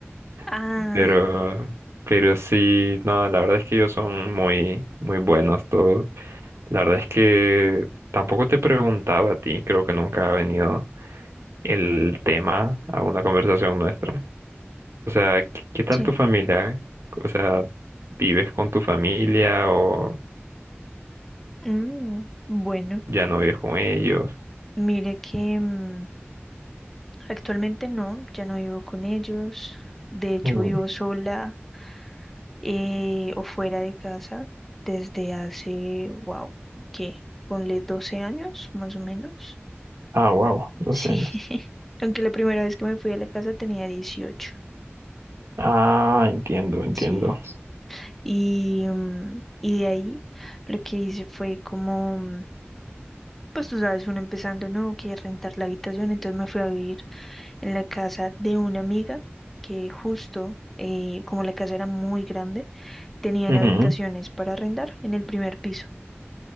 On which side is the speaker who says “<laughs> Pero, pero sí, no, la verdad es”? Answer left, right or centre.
Right